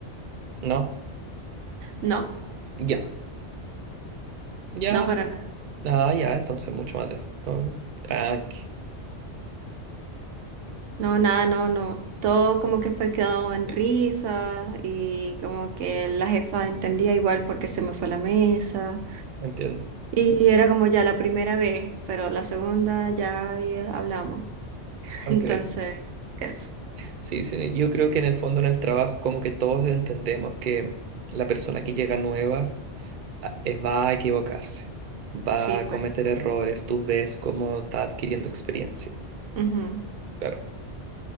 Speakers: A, on the right (about 50°); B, on the right (about 85°).
A: ¿no?
B: No,
A: Ya, ya,
B: no para nada.
A: nada, ya, entonces mucho más de esto. Tranqui,
B: No, nada, no, no. Todo como que fue quedado en risa y como que la jefa entendía igual porque se me fue la mesa.
A: entiendo.
B: Y era como ya la primera vez, pero la segunda ya, ya hablamos. <laughs>
A: Ok,
B: Entonces, eso.
A: sí, sí, yo creo que en el fondo en el trabajo como que todos entendemos que la persona que llega nueva a- eh, va a equivocarse, va
B: Sí,
A: a
B: pues.
A: cometer errores, tú ves cómo está adquiriendo experiencia.
B: ujú.
A: Claro,